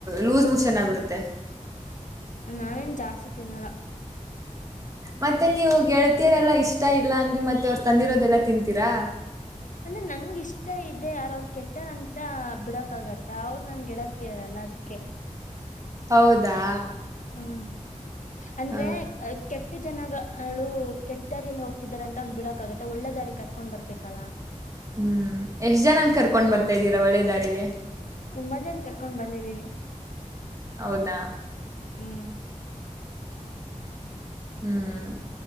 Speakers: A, on the right; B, on the left.
A: ಲೂಸ್ ಮೋಷನ್ ಆಗ್ಬಿಡುತ್ತೆ.
B: ನಾನೇನ್ ಜಾಸ್ತಿ ತಿನ್ನಲ್ಲ.
A: ಮತ್ತೆ ನೀವು ಗೆಳತಿಯರೆಲ್ಲಾ ಇಷ್ಟ ಇಲ್ಲ ಅಂದ್ರಿ, ಮತ್ತೆ ಅವರು ತಂದಿರೋದೆಲ್ಲಾ ತಿಂತೀರಾ?
B: ಅಂದ್ರೆ ನಂಗ ಇಷ್ಟ ಇದೆ, ಆರ ಅವ್ರ ಕೆಟ್ಟರಂತ ಬಿಡಕಾಗತ್ತ, ಅವ್ರರು ನನ್ ಗೆಳತಿಯರಲ್ಲ ಅದ್ಕೆ.
A: ಹೌದಾ?
B: ಹ್ಮ. ಅಂದ್ರೆ
A: ಹ
B: ಕೆಟ್ಟ ಜನಗ ಅಳು ಕೆಟ್ಟ ದಾರಿಯಲ್ಲಿ ಹೋಗ್ತಿದಾರೆ ಅಂತ ಅದ್ ಬಿಡಕಾಗತ್ತ, ಒಳ್ಳೆ ದಾರಿಗ್ ಕರ್ಕೊಂಡ್ ಬರ್ಬೇಕಲ್ಲಾ.
A: ಹ್ಮ್ ಎಷ್ಟ್ ಜನನ್ ಕರ್ಕೊಂಡ್ ಬರ್ ತಇದ್ದೀರಾ ಒಳ್ಳೆದಾರಿಗೆ
B: ತುಂಬಾ ಜನ ಕರ್ಕೊಂಡ್ ಬಂದಿದ್ದೀನಿ.
A: ಹೌದಾ.
B: ಹ್ಮ್
A: ಹ್ಮ್